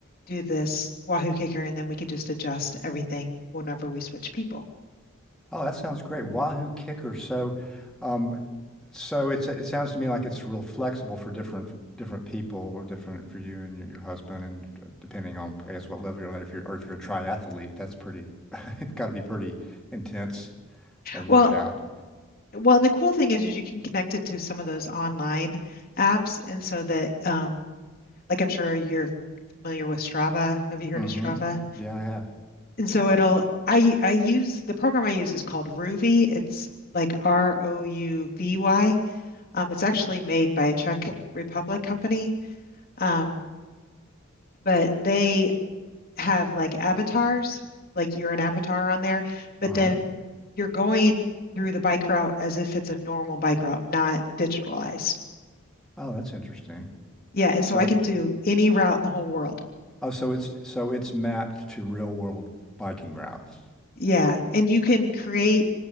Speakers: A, on the left (about 45°); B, in the centre.
A: do this Wahoo kicker and then we can just adjust everything whenever we switch people.
B: Oh, that sounds great. Wahoo kicker. So, um, So it's it sounds to me like it's real flexible for different different people or different for you and your, your husband and uh, depending on I guess what level you're at if you're or if you're a triathlete that's pretty <laughs> it's got to be pretty intense a workout.
A: Well, well, the cool thing is, is you can connect it to some of those online apps and so that um like I'm sure you're familiar with Strava. Have you heard
B: Mm-hmm.
A: of Strava?
B: Yeah, I have.
A: And so it'll I I use the program I use is called Rouvy. It's like R O U V Y. Um, it's actually made by a Czech Republic company. Um, but they have like avatars, like you're an avatar on there, but
B: Uh-huh.
A: then you're going through the bike route as if it's a normal bike route, not digitalized.
B: Oh, that's interesting.
A: Yeah, and
B: So
A: so I can do any route in the whole world.
B: oh so it's so it's mapped to real world biking routes.
A: Yeah, and you can create,